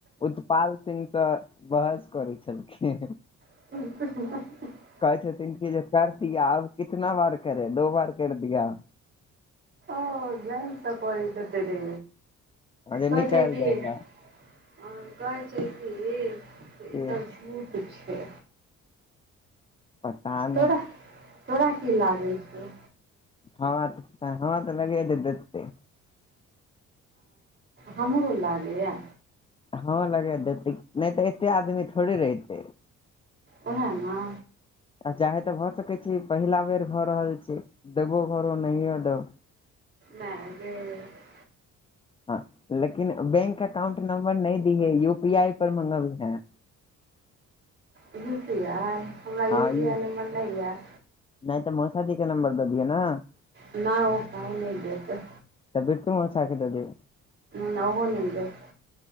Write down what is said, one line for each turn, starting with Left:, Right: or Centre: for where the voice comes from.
Left: उतपाल सिंह तऽ बहस करै छलखिन।
Right: <unintelligible>
Left: कहै छथिन की जे कर दिया अब कितना बार करे दो बार कर दिया।
Right: ओ जेनकऽ कोड़टत दे
Left: जे
Right: कह
Left: निकालि
Right: छै की
Left: दे
Right: आ
Left: हमरा
Right: कहै छै कि ईसभ
Left: के
Right: झूठ छै।
Left: पता
Right: तोरा
Left: नहि
Right: तोरा की लागै छौ?
Left: हमरा तऽ हमरा तऽ लगे देते
Right: हमरो लागैए।
Left: हँ, लगा देतै नहि तऽ एते आदमी थोड़े रहितै।
Right: ओहा ने।
Left: आ चाहे तऽ भऽ सकैत छी पहिला बेर भऽ रहल छै। देबो करो नहियो दौ
Right: मेय गेल <unintelligible>
Left: हँ, लेकिन बैंक अकाउंट नंबर नहि दी है यू पी आई पर मंगबैय हैं।
Right: यू पी आई हमरा
Left: हँ
Right: यू पी
Left: यौ
Right: आई नम्बर नहि य।
Left: नहि तऽ मोसाजीके नंबर दऽ दियए ने।
Right: नहि ओ पाइ नहि देतै।
Left: तऽ दट मौसा द देहि
Right: न आहो देते छै